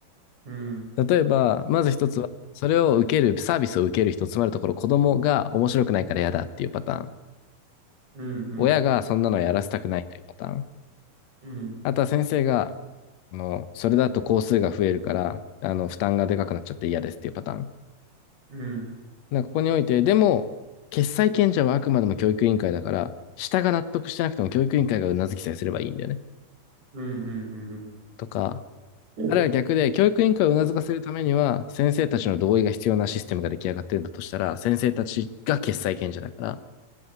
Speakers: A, on the right (about 50°); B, on the left (about 75°).
A: うん、
B: 例えば、まず一つは、それを受ける、サービスを受ける人、つまるところ子供が面白くないから嫌だっていうパターン。
A: うん、うん、
B: 親がそんなのやらせたくないというパターン。
A: うん、
B: あとは先生が、あの、それだと工数が増えるから、あの、負担がでかくなっちゃって嫌ですっていうパターン。
A: うん、うん、
B: なんかここにおいて、でも、決裁権者はあくまでも教育委員会だから、下が納得してなくても教育委員会がうなずきさえすればいいんだよね。
A: うん、うん、
B: とか、
A: うん、
B: あるいは逆で、教育委員会をうなずかせるためには、先生たちの同意が必要なシステムが出来上がってるんだとしたら、先生たちが決裁権者だから、